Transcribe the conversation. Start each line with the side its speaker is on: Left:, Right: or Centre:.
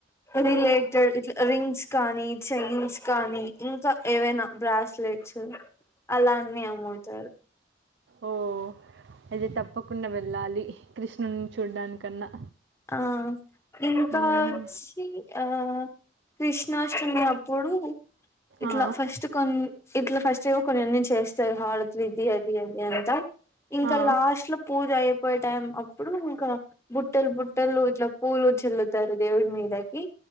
Left: రిలేటెడ్ ఇట్లా రింగ్స్ కానీ చైన్స్ కానీ ఇంకా ఏవైనా బ్రాస్లెట్స్ అలాఅన్ని అమ్ముతారు
Right: ఓ ఐతే త తప్పకుండా వెళ్ళాలి కృష్ణుని చూడ్డానికన్నా
Left: ఆ ఇంకా
Right: హ్మ్.
Left: అచ్చి ఆ కృష్ణాష్టమి అప్పుడు ఇట్లా
Right: ఆ!
Left: ఫస్ట్ కొన్ ఇట్లా ఫస్ట్ ఏవో కొన్ని అన్ని చేస్తాయి హారతులు ఇది అది అది అంతా ఇంకా
Right: ఆ!
Left: లాస్ట్ లో పూజ అయిపోయే టైం అప్పుడు ఇంకా బుట్టెలు బుట్ట బట్టలు ఇట్లా పూలు చల్లుతారు దేవుడి మీదకి